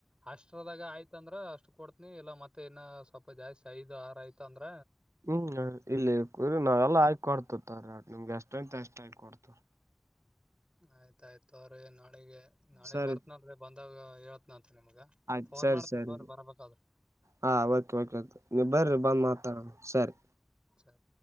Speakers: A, on the right; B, on the right.
A: ಅಷ್ಟ್ರದಾಗ ಆಯ್ತ ಅಂದ್ರ ಅಷ್ಟು ಕೊಡ್ತ್ನಿ ಇಲ್ಲ ಮತ್ತೆ ಇನ್ನು ಸ್ವಲ್ಪ ಜಾಸ್ತಿ ಐದು ಆರು ಆಯ್ತ ಅಂದ್ರ
B: ಹ್ಮ್ ಇಲ್ಲಿ ಕುರಿ ನಾವ ಎಲ್ಲ ಆಕೊಡ್ತವಿ ತೋರೀ ನಿಮ್ಗೆ ಎಷ್ಟಯ್ತ್ ಅಷ್ಟ ಆಯ ಕೊಡ್ತವ್
A: ಆಯ್ತಾಯ್ತೋರೀ ನಾಳಿಗೆ ನಾಳಿಗ್
B: ಸರಿ
A: ಬರ್ತ್ನಲ್ರೀ ಬಂದಾಗ ಹೇಳ್ತ್ನಂತ ನಿಮ್ಗ
B: ಆಯ್ತು
A: ಫೋನ್
B: ಸರಿ
A: ಮಾಡ್ತನಿ
B: ಸರಿ
A: ತೋರೀ ಬರ್ಬೇಕಾದ್ರ
B: ಹಾ ಓಕೆ ಓಕೆ ಆಯ್ತು ನೀವ್ ಬರ್ರಿ, ಬಂದ್ ಮಾತಾಡೋಣ ಸರಿ
A: ಸರಿ